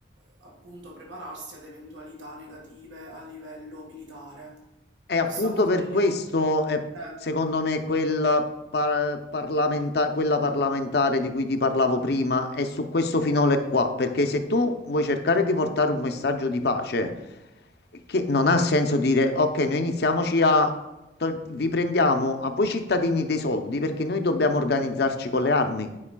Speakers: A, on the right; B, on the left.
A: eh, appunto prepararsi ad eventualità negative a livello militare.
B: E appunto
A: Questa cosa
B: per
A: io...
B: questo, eh,
A: eh,
B: secondo me, quel par- parlamenta- quella parlamentare di cui ti parlavo prima è su questo finale qua. Perché se tu vuoi cercare di portare un messaggio di pace, che non ha senso dire, ok, noi iniziamoci a... tol- vi prendiamo a voi cittadini dei soldi perché noi dobbiamo organizzarci con le armi.